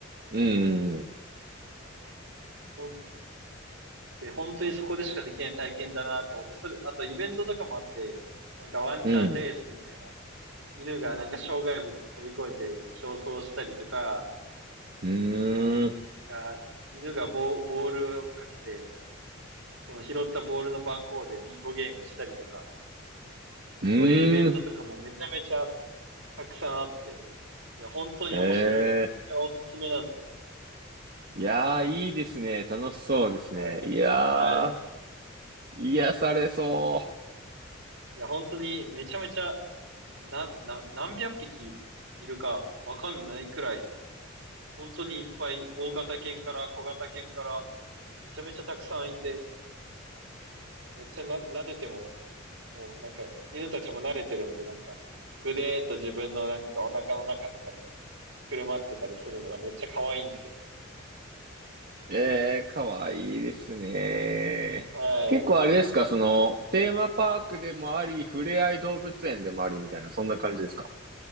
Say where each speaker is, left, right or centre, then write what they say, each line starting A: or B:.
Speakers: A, on the right; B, on the right.
A: うん
B: ほんで、本当にそこでしかできない体験だなって思って、それ、あとイベントとかもあって、なんかワンチャンレースみたいな、
A: うんうん。
B: 犬がなんか障害物飛び越えて競争したりとか、
A: うん。ーん。
B: なんか犬がボ、ボールをかけて、その拾ったボールの番号でビンゴゲームしたりとか、
A: うーん。
B: そういうイベントとかもめちゃめちゃたくさんあって、いや、本当に面白いんで、
A: へ
B: めっちゃおすすめなんですよね。
A: え。いやー、いいですね。楽しそうですね。
B: はい。
A: いやー、
B: はい。
A: 癒されそう。
B: いや、本当にめちゃめちゃ、な、な、何百匹いるかわかんないくらい本当にいっぱい、大型犬から小型犬から、めちゃめちゃたくさんいて、めっちゃな、撫でても、もうなんか、犬たちも慣れてるんで、なんか、ぐでーっと自分のなんかお腹の中とかにくるまってたりするのがめっちゃ可愛いんですよね。
A: ええ、かわいいですね。
B: はい。
A: 結構あれですか、その、テーマパークでもあり、ふれあい動物園でもありみたいな、そんな感じですか